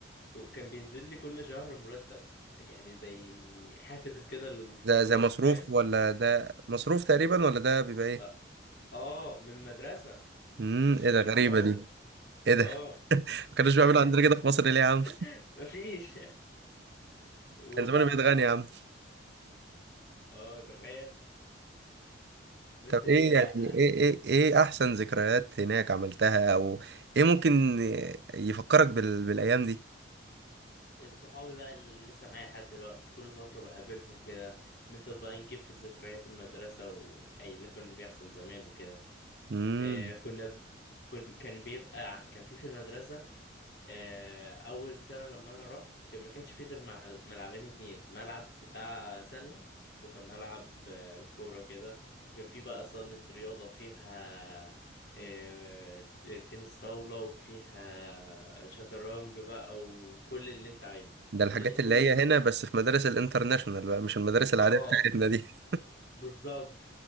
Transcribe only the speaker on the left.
وكان بينزل لي كل شهر مرتب يعني زي حافز كده للطلاب
فاهم
آه آه، من المدرسة
مش
بابا
آه
<laughs>
مفيش <laughs> وبقى
آه تخيل بس
يا-
صحابي بقى اللي لسه معايا لحد دلوقتي كل فترة بقابلهم كده نفضل بقى نجيب في ذكريات المدرسة وأي اللي كان بيحصل زمان وكده
آه كنا كن كان بيبقى كان في في المدرسة آه، اول سنه لما انا رحت كان- ما كانش فيه غير مع- ملعبين اتنين ملعب بتاع سله وكان ملعب آه، كوره كده وكان فيه بقى صاله رياضه فيها آه، تنس طاوله وفيها شطرنج بقى وكل اللي انت عايزه
كل
كل
ال...
اه
بالظبط